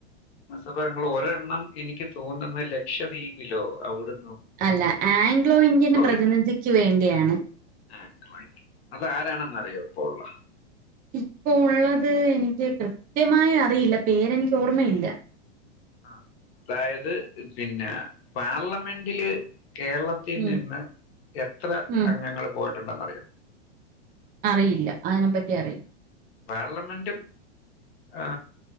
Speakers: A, on the left; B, on the right.
A: നിയമസഭ അംഗങ്ങൾ ഒരണ്ണം എനിക്ക് തോന്നുന്നു ലക്ഷദ്വീപ്ല്ലോ അവിടെ
B: <unintelligible>
A: ഇന്ത്യൻ <unintelligible> അത് ആാരണെന്ന് അറിയോ ഇപ്പോ ഉള്ള
B: ഇപ്പോ ഉള്ളത് എനിക്ക് കൃത്യമായി അറിയില്ല പേരെനിക്ക് ഓർമ്മയില്ല
A: ആ അതായത് പിന്നെ പാർലമെന്റില് കേരളത്തിൽ
B: ഉം
A: നിന്ന് എത്ര
B: ഉം
A: അംഗങ്ങൾ വോ ണ്ടറിയോ
B: അറിയില്ല അതിനെപ്പറ്റി അറും
A: പാർലമെന്റും ആ